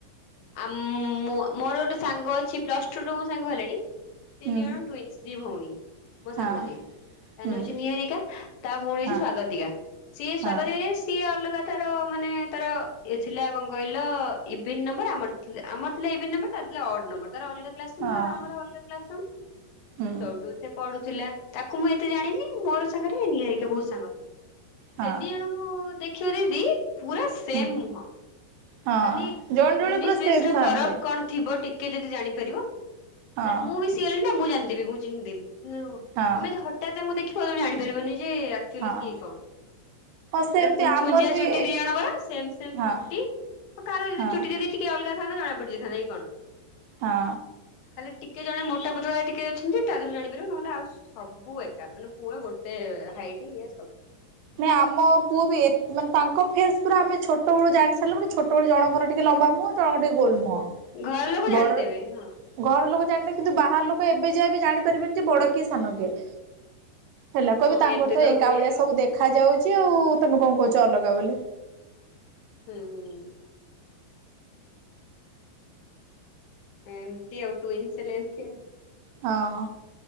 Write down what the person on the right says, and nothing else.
ହୁଁ
ହଁ
ହୁଁ
ହଁ
ହଁ
ହଁ
ହୁଁ
ହଁ
ହୁଁ
ହଁ
ଜଣେ ଜଣେ
ପୁରା
ସେମ ଥାନ୍ତି
ହଁ
ହଁ
ହଁ
ହଁ ସେମିତି
ଆମର
ବି
ହଁ
ହଁ
ହଁ
ମାନେ ଆମ ପୁଅ ବି ମାନେ ତାଙ୍କ ଫେସ୍ ପୁରା ଆମେ ଛୋଟବେଳୁ ଜାଣି ସାରିଲୁ ମାନେ ଛୋଟ ସେତବେଳେ ଜଣଙ୍କର ଟିକେ ଲମ୍ବା ମୁହଁ ଜଣଙ୍କର ଟିକେ ଗୋଲ ମୁହଁ।
ବଡ
ଘର ଲୋକ ଜାଣିବେ କିନ୍ତୁ ବାହାର ଲୋକ ଏବେ ଯାଏ ବି ଜାଣିପାରିବେନି ଯେ ବଡ କିଏ ସାନ କିଏ? ହେଲା କହିବି
ତାଙ୍କର
ତ ଏକା
ଭଳିଆ
ସବୁ ଦେଖା ଯାଉଛି ଆଉ ତମେ କଣ କହୁଛ ଅଲଗା ବୋଲି?
ହଁ।